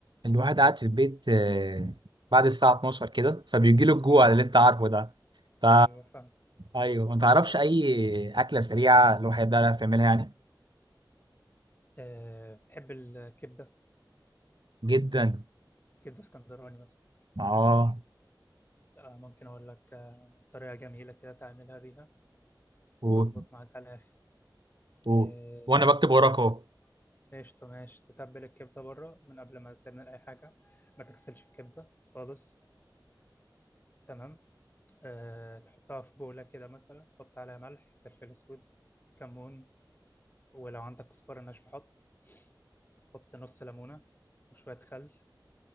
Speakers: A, on the right (about 70°); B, on the left (about 25°).
A: الواحد قاعد في البيت آه، بعد الساعة 12 كده فبيجي له الجوع اللي انت عارفه ده ف
B: ايوه فاهم
A: ايوه ما تعرفش اي أكلة سريعة الواحد ده يعرف يعملها يعني
B: أه بتحب الكبده
A: جدا
B: كبده اسكندراني مثلا
A: اه
B: أه ممكن اقول لك أه طريقه جميله كده تعملها بيها
A: و...
B: تظبط معاك على الاخر
A: و...
B: أه
A: وانا بكتب وراك
B: تتبل
A: اهو
B: قشطه ماشي تتبل الكبده بره من قبل ما تعمل اي حاجه ما تغسلش الكبده خالص تمام أه تحطها في بوله كده مثلا تحط عليها ملح فلفل اسود كمون ولو عندك كزبره ناشفه حط حط نص ليمونه وشويه خل